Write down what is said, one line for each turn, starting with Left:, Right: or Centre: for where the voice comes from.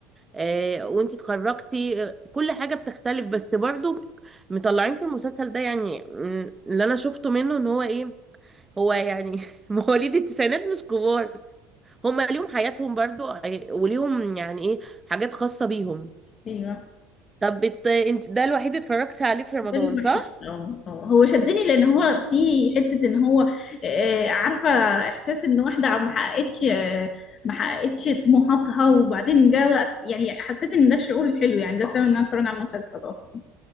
Right: آه وانتي اتخرجتي آه، كل حاجة بتختلف بس برضو مطلعين في المسلسل ده يعني م، اللي أنا شفته منه إن هو إيه هو يعني <laughs> مواليد التسعينات مش كبار هما ليهم حياتهم برضو آه، وليهم يعني إيه حاجات خاصة بيهم
Left: أيوه
Right: طب بت... انت ده الوحيد اللي اتفرجتي عليه في رمضان
Left: ده اللي بحس
Right: صح؟
Left: اه اه هو شدني لأن هو في حتة إن هو آه، عارفة إحساس إن واحدة ما حققتش آه، ما حققتش طموحاتها وبعدين جه وقت يعني حسيت إن ده الشعور الحلو يعني ده السبب إن أنا أتفرج على المسلسل أصلا